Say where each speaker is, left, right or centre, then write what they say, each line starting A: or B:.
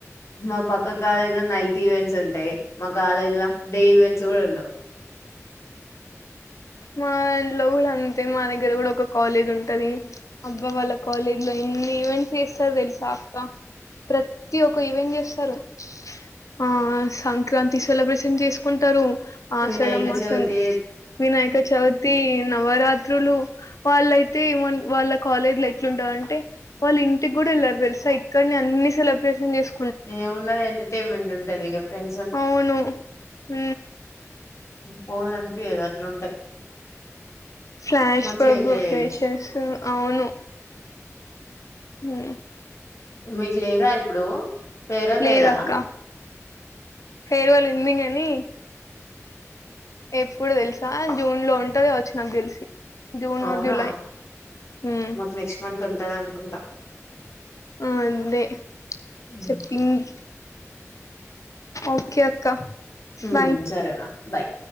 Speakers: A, on the left; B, on the left.
A: మా పక్క కాలేజ్ లో నైట్ ఈవెంట్స్ ఉంటాయి మా కాలేజ్ లో డే ఈవెంట్స్ కూడా ఉండవు
B: మా ఇంట్లో కూడా అంతే మా దగ్గర కూడా ఒక కాలేజ్ ఉంటది అబ్బా వాళ్ళ కాలేజ్ లో ఎన్ని ఈవెంట్ చే తెలుసా ప్రతి ఒక ఈవెంట్ చేస్తారు ఆ సంక్రాంతి సెలబ్రేషన్ చేసుకుంటారు ఆషాఢ
A: వినాయకా
B: మాసం
A: చెవతి
B: వినాయక చవితి నవరాత్రులు వాళ్ళయితే వాళ్ళ కాలేజ్ లో ఎట్లుంటది అంటే వాళ్ళు ఇంటికి కూడా వెళ్లారు తెలుసా ఇక్కడని అన్ని సెలబ్రేషన్ చేసు
A: ఏ ఉన్నది ఎంటర్టైన్మెంట్ ఉంటది ఇంకా ఫ్రెండ్
B: అవును హ
A: పోవాలి అనిపియదు అట్లుంటది
B: ఫ్లాష్
A: మంచిగా
B: బబ్
A: ఎంజాయ్ చేయొచ్చు
B: ప్రేషర్స్ అవును హ
A: మీకు లేదా ఇప్పుడు ఫెయిల్వెల్
B: లేదక్క
A: లేదా
B: ఫేర్వెల్ ఉంది కానీ ఎప్పుడు తెలుసా జూన్ లో ఉంటది వచ్చి నాకు తెలిసి జూన్
A: అవునా
B: ఆర్ జూలై ఉమ్
A: మాకు నెక్స్ట్ మంత్ ఉంటదని కుంట
B: ఆ అంతే
A: ఉమ్
B: చెప్పింగ్ ఓకే అక్క
A: హ
B: బాయ్
A: సరేరా బాయ్